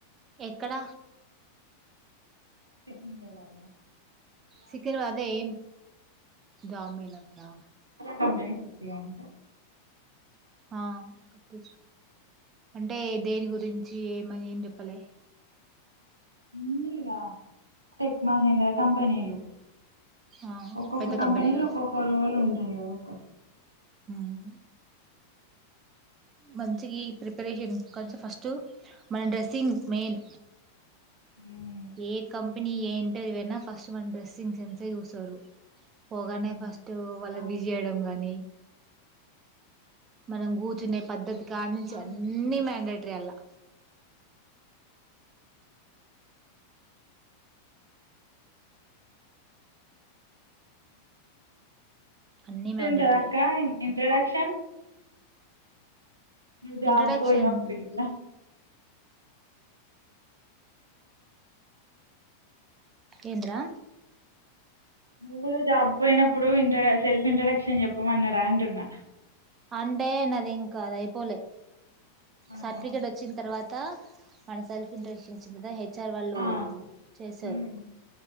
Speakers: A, on the right; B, on the right.
A: ఎక్కడ
B: సికింద్రబాద్లా
A: సికింద్రబాద్ ఏం జాబ్ మేలా ఉందా
B: కంపెని సుత్తి అంట
A: ఆ తీసుకో అంటే దేని గురించి ఏ మనీ పం చెప్పలే
B: అన్నీగా టెక్ మహేంద్ర కంపెనీలు
A: ఆ
B: ఒక్కొక్క
A: పెద్ద
B: కంపెనీ
A: కంపెనీలు
B: లో ఒక్కొక్క రోలు ఉంటది కదక్క
A: ఉమ్ మంచిగి ప్రిపరేషన్ కొంచం ఫస్ట్ మన డ్రెస్సింగ్ మెయిన్
B: ఉమ్,
A: ఏ కంపెనీ ఏం ఏదైనా ఫస్ట్ మన డ్రెస్సింగ్ సెన్స్ ఏ చూసారు పోగానే
B: ఉమ్,
A: ఫస్ట్ వాళ్ళను
B: అవును
A: విష్ చేయడం గాని మనం కూర్చునే పద్ధతి కానుంచి
B: పంట
A: అన్ని
B: ఏంటా
A: మ్యాండేటరీ అల్లా అన్ని
B: తింటారక్క
A: మ్యాండేటరీయే
B: ఇంత క్షన్ నువ్ జాబ్కోయినప్పుడుగిట్ల
A: ఇంట్రొడక్షన్ ఏంద్రా
B: నువ్వు కూడా జాబ్కు పోయినప్పుడు ఇంట్రడక్షన్ సెల్ఫ్ ఇంట్రడక్షన్ చెప్పుమన్నార అంటున్నా
A: అంటే నది ఇంకా అది అయిపోలే
B: ఆహా
A: సర్టిఫికేట్ వచ్చిన తర్వాత త మనసల్ఫింట్రడక్షన్ ఇచ్చిన త హెచ్ వచ్చార్ వాళ్ళు
B: ఆ.
A: చేశారు
B: ఉమ్.